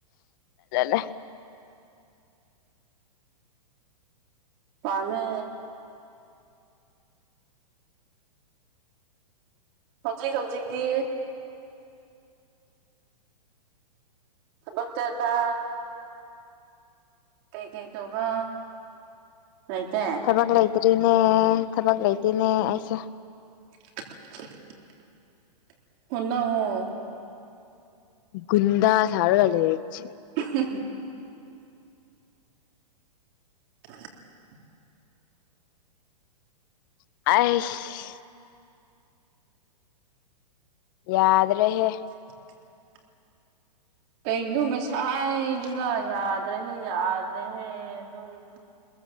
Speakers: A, on the left; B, on the right.
A: ꯅ
B: ꯄꯅꯦ ꯍꯧꯖꯤꯛ ꯍꯧꯖꯤꯛꯗꯤ ꯣꯛ ꯆꯔꯕ ꯀꯩ ꯀꯩ ꯇꯧꯕ ꯂꯩꯥꯏꯇꯦ
A: ꯊꯕꯛ ꯂꯩꯇ꯭ꯔꯤꯅꯦ ꯊꯕꯛ ꯂꯩꯇꯦꯅꯦ ꯑꯩꯁꯦ
B: <unintelligible> ꯍꯣꯠꯅꯧꯋꯣ
A: ꯒꯨꯟꯗꯥ ꯁꯥꯔꯒ ꯂꯩꯌꯦ ꯁꯤ
B: ꯎ <unintelligible> <inaudible>
A: ꯑꯥꯏꯁ ꯌꯥꯗ꯭ꯔꯦꯍꯦ
B: <inaudible> ꯀꯩꯅꯣ ꯉꯁꯥꯏꯗꯨꯅ ꯌꯥꯗ꯭ꯔꯦꯍꯦ ꯌꯥꯗ꯭ꯔꯦꯍꯦ ꯑꯗꯨꯒꯤꯅꯤ